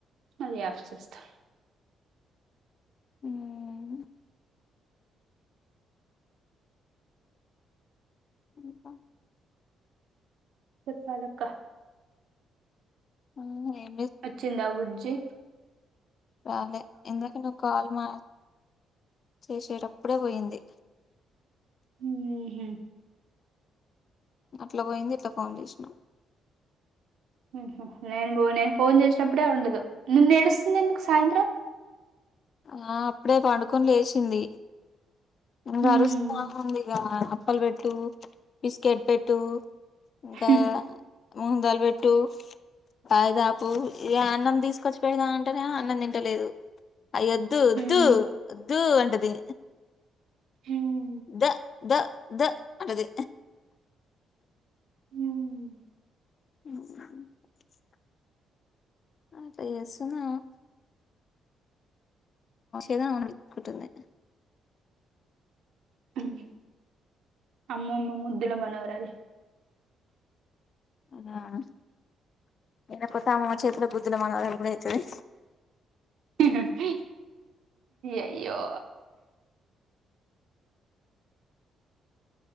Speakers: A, on the right; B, on the left.
A: మళ్ళీ ఆఫ్ చేస్తాం
B: హ్మ్ ఇంకా
A: చెప్పాలక్క
B: మ్మ్ ఏ
A: అచ్చిందాబుజ్జి
B: రాలే ఇందాక నే కాల్ మ చేసేటప్పుడే పోయింది
A: మ్మ్ హ్మ్
B: అట్లా పోయింది ఇట్లా ఫోన్ జేసినావ్
A: మ్మ్ హ్మ్ నేను బో నేను ఫోన్ చేసినప్పుడే ఉండదు నిన్న ఏడుస్తుంది ఎందుకు సాయంత్రం
B: ఆ అప్పుడే పండుకోని లేసింది ఇంగ
A: ఉమ్,
B: అరుస్తా ఉంది ఇగ అప్పల్ బెట్ టు బిస్కెట్ పెట్టు ఇంకా
A: హుం,
B: మూంగ్ దాల్ బె ట్టు పాయిదాపు ఇ అన్నం తీసుకొచ్చి పెడదాం అంటేనేమో అన్నం తింటలేదు అయ్యొద్దు వద్దు
A: ఉమ్.
B: వద్దు అంటది
A: మ్
B: ద ద ద అంటది
A: హ్మ్
B: మ్ అట్ల చేస్తుందేమో ేనుందే <inaudible>
A: మ్ అమ్మమ్మ ముద్దుల మనవరాలు
B: మ్ నేను కొత్తే అమ్మమ్మ చేతుల గుద్దుల మానవరాలు కూడా ఐతది
A: హహహ అయ్యో